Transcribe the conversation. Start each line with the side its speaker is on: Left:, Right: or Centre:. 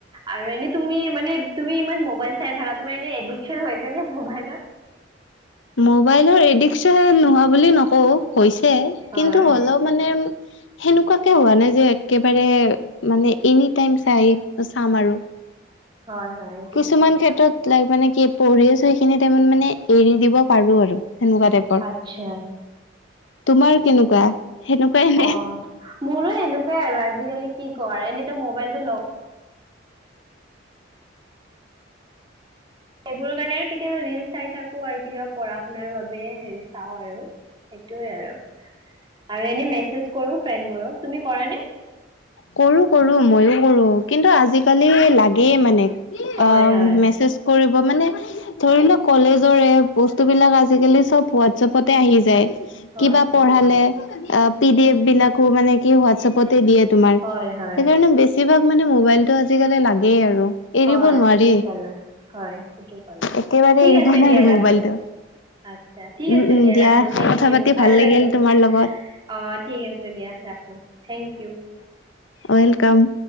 Right: আৰু এনে তুমি মানে তুমি ইমান মবাইল চাই থাকা তোমাৰ এনে এডিকচন হৈছে ন মবাইলত?
Left: মোবাইলৰ এডিকচন নোহোৱা বুলি নকওঁ। হৈছে
Right: হয়
Left: কিন্তু হ'লেও মানে সেনেকুৱাকে হোৱা নাই যে একেবাৰে মানে এনি টাইম চাই - চাম আৰু।
Right: হয় হয় এইটোতো
Left: কিছুমান
Right: ঠিকেই
Left: ক্ষেত্ৰত
Right: ক'লে
Left: লাইক মানে কি পঢ়ি আছো সেইখিনি টাইমত মানে এৰি দিব পাৰোঁ আৰু। সেনেকুৱা টাইপৰ
Right: আচ্ছা।
Left: তোমাৰ কেনেকুৱা? সেনেকুৱাই নে?
Right: অঁ মোৰো এনেকুৱাই আৰু আজিকালি কি কওঁ আৰু এনে <unintelligible> মোবাইলটো লও সেইবোৰৰ কাৰণে আৰু কেতিয়াবা ৰীলচ চাই থাকোঁ আৰু কেতিয়াবা পঢ়া শুনাৰ বাবে হেৰি চাওঁ আৰু সেইটোৱে আৰু। আৰু এনে মেছেজ কৰোঁ ফ্ৰেণ্ডবোৰক তুমি কৰা নে?
Left: কৰো কৰো মইও কৰো, কিন্তু আজিকালি লাগেয়ে মানে।
Right: হয়
Left: অঁ
Right: হয়।
Left: মেছেজ কৰিব ব মানে ধৰি ল কলেজৰে বস্তু বিলাক আজিকালি চব হোৱাটছএপতে আহি যায়।
Right: হয়
Left: কিবা
Right: ঠিকে
Left: পঢ়ালে,
Right: ক'লে।
Left: অ পি ডি এফ বিলাকো মানে কি হোৱাটছএপতে দিয়ে তোমাৰ। সেইকাৰণে
Right: হয় হয়
Left: বেছিভাগ মানে মোবাইলতটো আজিকালি লাগেই আৰু
Right: হয়
Left: এৰিব নোৱাৰি।
Right: ঠিকে কলে হয় ঠিকে কলে
Left: একেবাৰে
Right: থিক
Left: এৰিব
Right: আছে
Left: নোৱাৰি
Right: দিয়া ৰাখো
Left: মোবাইলটো।
Right: আচ্ছা থিক
Left: উম
Right: আছে
Left: উম
Right: দিয়া ৰাখো থেংকিউ
Left: কথা পাতি
Right: ভাল লাগিল
Left: তোমাৰ লগত
Right: অ থিক আছে দিয়া ৰাখো থেংকিউ
Left: ওৱেলকাম